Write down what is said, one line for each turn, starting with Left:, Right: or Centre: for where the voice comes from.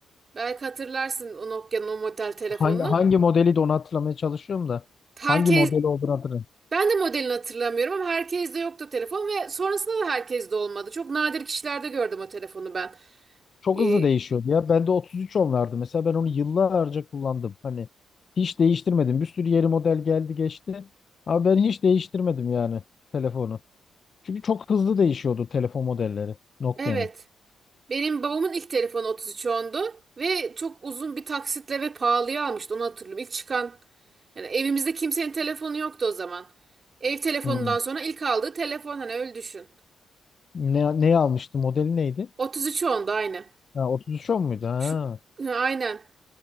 Right: Belki hatırlarsın o Nokia'nın o model telefonunu.
Left: hangi, hangi modeli de onu hatırlamaya çalışıyorum da.
Right: Herkes
Left: Hangi modeli olduğunu hatırlamıyorum.
Right: Ben de modelini hatırlamıyorum ama herkeste yoktu telefon ve sonrasında da herkeste olmadı. Çok nadir kişilerde gördüm o telefonu ben.
Left: Çok
Right: Ee,
Left: hızlı değişiyordu ya. Bende 33 onlardı. Mesela ben onu yıllarca kullandım. Hani hiç değiştirmedim. Bir sürü yeni model geldi geçti. Ama ben hiç değiştirmedim yani telefonu. Çünkü çok hızlı değişiyordu telefon modelleri Nokia'nın.
Right: evet. Benim babamın ilk telefonu 3310'du ve çok uzun bir taksitle ve pahalıya almıştı onu hatırlıyorum. İlk çıkan yani evimizde kimsenin telefonu yoktu o zaman. Ev telefonundan
Left: Hmm.
Right: sonra ilk aldığı telefon hani öyle düşün.
Left: Ne, neyi almıştı? Modeli neydi?
Right: 3310'du aynı.
Left: Ha, otuz üç on muydu? Ha.
Right: Şu ha, aynen.